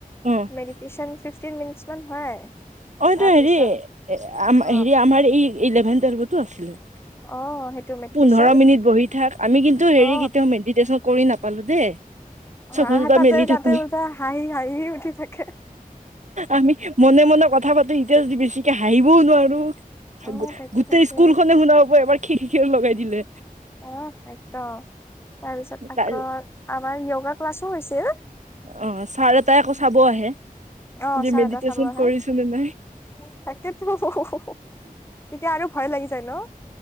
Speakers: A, on the right (about 55°); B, on the left (about 15°).
A: অ অ
B: মেডিটেশ্যন ফিফটিন মিনিটছ মান হয়।
A: অ এইটো
B: তাৰপিছত
A: হেৰি, এই আম
B: অ
A: হেৰি আমাৰ এই ইলেভেন টুৱেলভতো আছিলে।
B: অ সেইটো মেডিটেশ্যন
A: পোন্ধৰ মিনিট বহি থাক। আমি কিন্তু,
B: অ
A: হেৰি কেতিয়াও মেডিটেশ্যন কৰি নাপালোঁ দেই।
B: অ
A: চকু দুটা
B: তাতে
A: মেলি
B: তাতে
A: থাকো
B: উলটা হাঁহি হাঁহিয়ে উঠি থাকে।
A: আমি মনে মনে কথা পাতো, এতিয়া যদি বেছিকে হাঁহিবও নোৱাৰোঁ।
B: অ
A: গো
B: তাকে
A: গোটেই
B: তাকে
A: স্কুলখনে শুনা পাব, এবাৰ খিড়িকী য়ে লগাই দিলে।
B: উমহ একদম। তাৰপিছত,
A: ছাৰ
B: আকৌ আমাৰ য়োগা ক্লাছো হৈছিল।
A: অ, ছাৰ এটাই আকৌ চাব আহে।
B: অ,
A: যে
B: ছাৰ
A: মেডিটেশ্যন
B: এটাই চাব আহে।
A: কৰিছো
B: তাকে
A: নে নাই
B: টো, তেতিয়া আৰু ভয় লাগি যায় ন?